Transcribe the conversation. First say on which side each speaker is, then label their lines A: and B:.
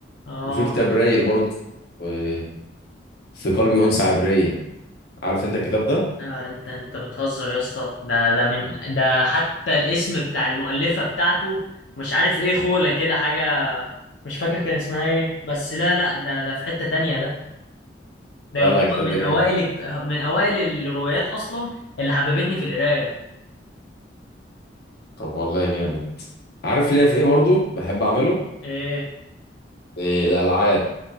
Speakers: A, on the left; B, on the left.
A: اه
B: وفي كتاب رايق برضه آه، في قلبي انثى عبريه عارف انت الكتاب ده
A: آه، انت انت بتهزر يا اسطى ده ده من ده حتى الاسم بتاع المؤلفة بتاعته مش عارف ايه خولة كده حاجة مش فاكر كان اسمها ايه بس لا لا ده ده في حتة تانية ده ده
B: لا
A: يعتبر
B: لا الكتاب
A: من
B: ده
A: اوائل
B: جامد
A: الك- من اوائل الروايات اصلا اللي حببتني في القراية
B: طب والله جامد عارف ليه في ايه برضه بحب اعمله
A: ايه
B: آه، الالعاب